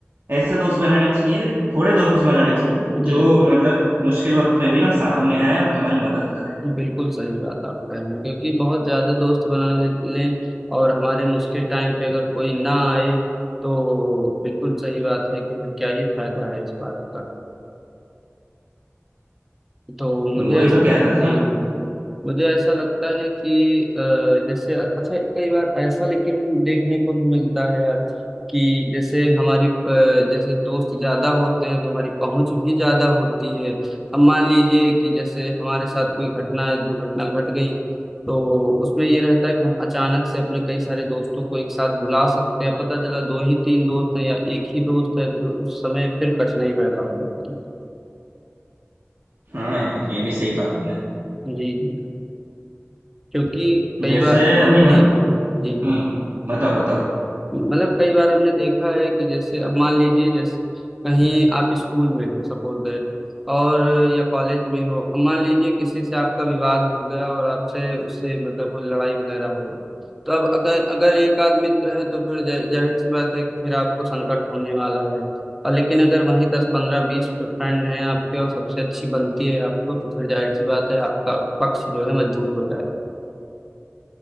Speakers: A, on the right; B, in the centre.
A: ऐसे दोस्त बनाने चाहिए थोड़े दोस्त बनाने चाहिए
B: जी
A: जो मतलब मुश्किल वक्त में भी ना सामने आए और तुम्हारी मदद करे
B: जी, बिल्कुल सही बात आप कह रहे हैं क्योंकि बहुत ज्यादा दोस्त बना ले, लें और हमारे मुश्किल टाइम पे अगर कोई ना आए तो बिल्कुल सही बात है कि फिर क्या ही फायदा है इस बात का तो मुझे
A: वही
B: ऐस-
A: तो कह रहा
B: जी
A: था ना
B: जी जी मुझे ऐसा लगता है कि अ, जैसे अच्छा कई बार ऐसा लेकिन देखने को भी मिलता है यार कि जैसे हमारी अ, जैसे दोस्त ज्यादा होते हैं तो हमारी पहुंच भी ज्यादा होती है अब मान लीजिए कि जैसे हमारे साथ कोई घटना या दुर्घटना घट गई तो उसमें ये रहता है कि हम अचानक से अपने कई सारे दोस्तों को एक साथ बुला सकते हैं पता चला दो ही तीन दोस्त हैं या एक ही दोस्त है तो फिर उस समय फिर कठिनाई पैदा हो जाती है
A: हाँ यार ये भी सही कहा तुमने
B: जी जी क्योंकि कई
A: जैसे
B: बार
A: अभी
B: जी
A: ना
B: जी जी
A: हम्म बताओ बताओ
B: मतलब कई बार हमने देखा है कि जैसे अब मान लीजिए जैसे कहीं आप स्कूल में हो सपोज दैट और या कॉलेज में हो अब मान लीजिए किसी से आपका विवाद हो गया और आपसे उससे मतलब वो लड़ाई वगैरह हो गई तो अब अगर अगर एक आध मित्र है तो फिर जा- जाहिर सी बात है कि फिर आपको संकट होने वाला है और लेकिन अगर वहीं दस पंद्रह बीस फ्रेंड हैं आपके और सबसे अच्छी बनती है आपको तो फिर जाहिर सी बात है आपका पक्ष जो है मजबूत हो जाएगा